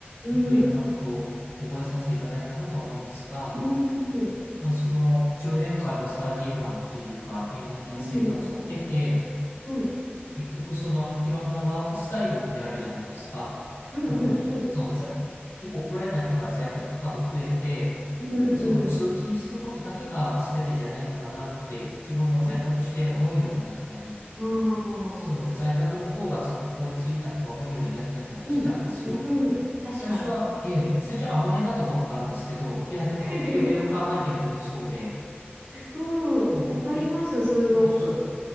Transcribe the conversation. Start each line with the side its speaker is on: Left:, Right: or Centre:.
Right: ん、
Left: えっと、いろんなことを覚えさせていただいたなと思うんですが、
Right: うん、うん、
Left: まあ、その10年間のサラリーマンというか、エンジニア生活を得て、
Right: うん、う
Left: 結局、その、いろんなワークスタイルってあるじゃないですか。
Right: ん、
Left: あの、
Right: うん、そうですね。
Left: まあ、ざ結構コロナになってから在宅とかも増えて、
Right: うん、
Left: まあ、その通勤することだけが全てじゃないのかなって、自分も在宅して思うようになったり、
Right: うん、ああ、
Left: その在宅の方がずっと効率いいなとか思うようになっちゃったりしたんですよ。
Right: うん、うん、確かに。
Left: 最初は、ええ、最初は甘えだと思ったんですけど、いや、でも、
Right: <laughs>
Left: よくよく考えてみるとそうで、
Right: うん、
Left: そう、
Right: わかります、
Left: で、
Right: すごく。
Left: そうそう。